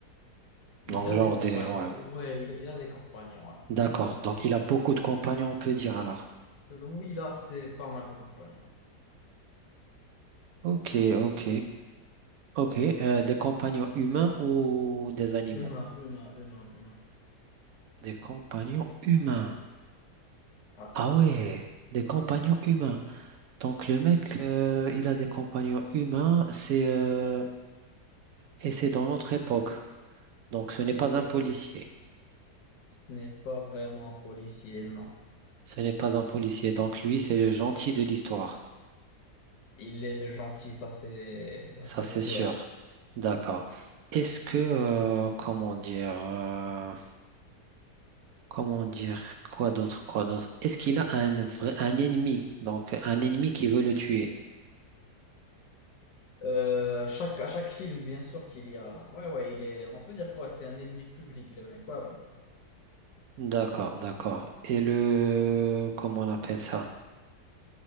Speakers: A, on the left; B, on the right.
A: Il
B: Donc,
A: a
B: genre
A: des compagnons,
B: des... Ouais.
A: ouais, il a, il a des compagnons, ouais.
B: D'accord.
A: ouais.
B: Donc, il a beaucoup de compagnons, on peut dire alors.
A: Euh, Oui, là, c'est pas mal de compagnons.
B: Ok, ok. Ok. Euh, des compagnons humains ou des animaux?
A: Humain, humain, humain, humain.
B: Des compagnons humains.
A: Ouais.
B: Ah ouais. Des compagnons humains. Donc, le mec, euh, il a des compagnons humains. C'est... euh, Et c'est dans notre époque. Donc, ce n'est pas
A: Oui,
B: un policier.
A: ce n'est pas vraiment un policier, non.
B: Ce n'est pas un policier. Donc, lui, c'est le gentil de l'histoire.
A: Il est le gentil, ça c'est ça,
B: Ça,
A: c'est
B: c'est
A: sûr.
B: sûr.
A: ouais.
B: D'accord. Est-ce que, euh, comment dire, euh, comment dire, quoi d'autre, quoi d'autre? Est-ce qu'il a un vrai, un ennemi, donc un ennemi qui veut le tuer?
A: Euh, à chaque, à chaque film, bien sûr qu'il y a. Ouais, ouais, il est. On peut dire quoi? C'est un ennemi public, le mec. Ouais, ouais,
B: D'accord, d'accord. Et le, comment on appelle ça?